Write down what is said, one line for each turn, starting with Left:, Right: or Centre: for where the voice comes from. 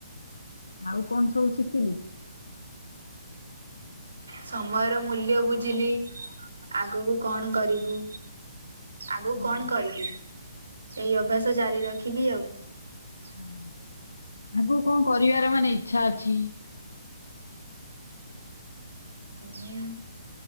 Left: ଆଉ କଣ ସବୁ ଶିଖିଲୁ?
Right: ସମୟର ମୂଲ୍ୟ ବୁଝିଲି । ଆଗକୁ କଣ କରିବୁ? ଆଗକୁ
Left: ହୁଁ।
Right: କଣ କରିବି? ଏଇ ଅଭ୍ୟାସ ଜାରି ରଖିବି ଆଉ ।
Left: ହଁ। ଆଗକୁ କଣ କରିବାରମାନେ ଇଚ୍ଛା ଅଛି?
Right: ହୁଁ